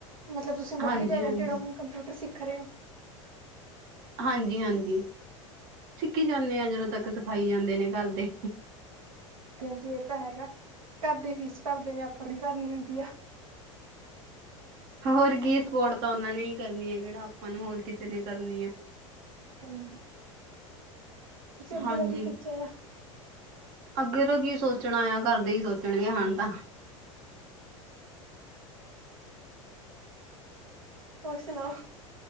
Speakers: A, on the right (about 80°); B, on the right (about 55°).
A: ਮਤਲਬ ਤੁਸੀਂ
B: ਹਾਂਜੀ
A: ਮਲਟੀ ਟੈਲੈਂਟਡ
B: ਹਾਂਜੀ
A: ਔ ਹੁਣ ਕੰਪਿਊਟਰ ਸਿੱਖ ਰਏ ਔ
B: ਹਾਂਜੀ- ਹਾਂਜੀ, ਸਿੱਖੀ
A: ਹੋ
B: ਜਾਂਣੇ ਆਂ ਜਦੋਂ ਤੱਕ ਸਿਖਾਈ ਜਾਂਦੇ ਨੇ ਘਰ ਦੇ।
A: ਹਾਂਜੀ- ਹਾਂਜੀ ਏ ਤਾਂ ਹੈਗਾ, ਘਰ ਦੇ ਫੀਸ ਭਰ ਦੇ ਨੇ ਆਪਾਂ ਕਿਹੜੀ ਭਰਨੀ ਹੁੰਦੀ ਆਂ।
B: ਹੋਰ ਕੀ ਸਪੋਰਟ ਤਾਂ ਓਨਾਂ ਨੇ ਈ ਕਰਨੀ ਏ, ਕਿਹੜਾ ਆਪਾਂ ਨੂੰ ਹੋਰ ਕਿਸੇ ਨੇਂ ਕਰਨੀ ਆ।
A: ਹਾਂਜੀ। ਤੁਸੀਂ ਅੱਗੇ
B: ਹਾਂਜੀ
A: ਦਾ ਕੀ ਸੋਚਿਆ ਆ।
B: ਅੱਗੇ ਦਾ ਕੀ ਸੋਚਣਾ ਆ, ਘਰਦੇ ਈ ਸੋਚਣਗੇ ਹਾਨ ਤਾਂ <inaudible>
A: ਹੋਰ, ਸੁਣਾਓ